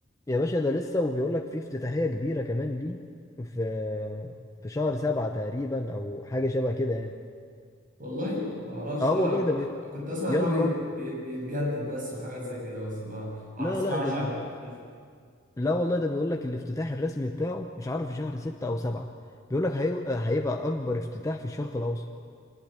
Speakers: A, on the left; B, on the right.
A: يا باشا ده لسه وبيقول لك في افتتاحيه كبيره كمان ليه في في شهر سبعة تقريبا او حاجه شبه كده يعني
B: والله ما اعرفش صراحه
A: اه والله
B: انا كنت
A: ده بي...
B: كنت اسمع
A: يا
B: ان هو
A: نهار
B: بي-
A: ابيض
B: بي- بيتجدد بس وحاجات زي كده بس ما ما
A: لا
B: اسمعش
A: لا ده بي...
B: عن حاجات كتير
A: لا والله ده بيقول لك الافتتاح الرسمي بتاعه مش عارف في شهر ستة أو سبعة بيقول لك هي... هيبقى أكبر افتتاح في الشرق الأوسط